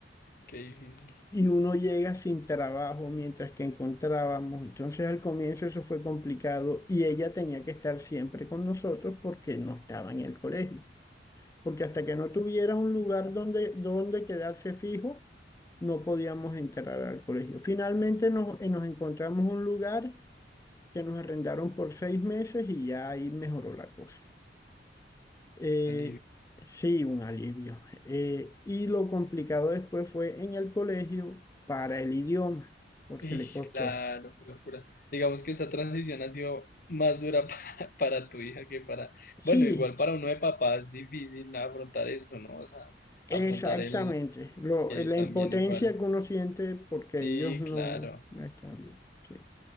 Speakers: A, on the left (about 50°); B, on the left (about 15°).
A: qué difícil.
B: Y uno llega sin trabajo mientras que encontrábamos. Entonces al comienzo eso fue complicado y ella tenía que estar siempre con nosotros porque no estaba en el colegio porque hasta que no tuviera un lugar donde, donde quedarse fijo, no podíamos entrar al colegio. Finalmente nos, eh, nos encontramos un lugar que nos arrendaron por seis meses y ya ahí mejoró la cosa. Eh,
A: Vale,
B: sí, un alivio. Eh, y lo complicado después fue en el colegio para el idioma, porque
A: Y
B: le costó.
A: claro, qué locura. Digamos que esta transición ha sido más dura <laughs> pa- para, tu hija que para,
B: Sí,
A: bueno, igual para uno de papá es difícil afrontar eso, ¿no? O sea,
B: exactamente.
A: afrontar el
B: Lo,
A: que
B: la
A: también
B: impotencia
A: igual.
B: que uno siente porque
A: Sí,
B: ellos no,
A: claro,
B: no están bien. Sí.